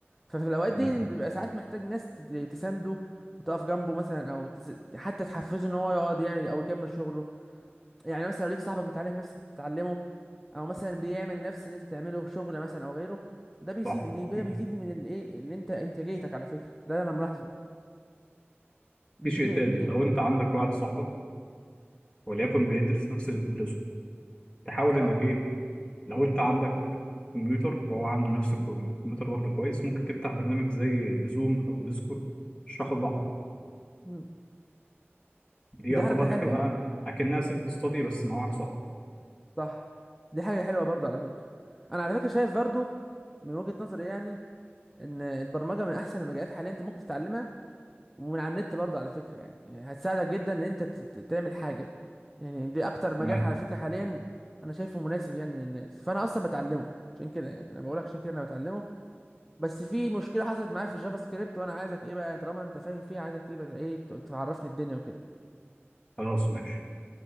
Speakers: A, in the centre; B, on the left.
A: ففي الاوقات
B: تمام
A: دي اللي بيبقى ساعات محتاج ناس تت- تسانده وتقف جنبه مثلا او تس... حتى تحفزه ان هو يقعد يعمل او يكمل شغله يعني مثلا لو ليك صاحبك بيتعلم نفس اللي بتتعلمه او مثلا بيعمل نفس اللي انت بتعمله شغل مثلا او غيره ده بيزيد
B: صح
A: دي- ده
B: مم.
A: بيزيد من الايه اللي انت انتاجيتك على فكره ده انا ملاحظه بيزيد
B: في شيء
A: من
B: تاني
A: انتاجيتك
B: لو انت عندك واحد صاحبك وليكن بيدرس نفس اللي بتدرسه تحاول
A: اه
B: انك ايه لو انت عندك كمبيوتر فهو عنده نفس الكم- الكمبيوتر برضه كويس ممكن تفتح برنامج زي زوم او ديسكورد تشرحوا لبعض
A: مم.
B: دي يعتبر
A: دي حركه حلوه
B: اكنها
A: اه
B: اكنها سيلف ستادي بس مع واحد صاحبك
A: صح دي حاجه حلوه برضه على فكره انا على فكره شايف برضه من وجهه نظري يعني ان البرمجه من احسن المجالات حاليا انت ممكن تتعلمها ومن على النت برضه على فكرة يعني, يعني هتساعدك جدا ان انت ت- ت- تعمل حاجة يعني دي اكتر مجال
B: تمام
A: على فكرة حاليا انا شايفه مناسب يعني للناس فانا اصلا بتعلمه عشان كده يعني انا بقولك عشان كده انا بتعلمه بس في مشكلة حصلت معايا في الجافا سكريبت وانا عايزك ايه بقى طالما انت فاهم فيها عايزك تجيب ايه ت- تعرفني الدنيا وكده
B: خلاص ماشي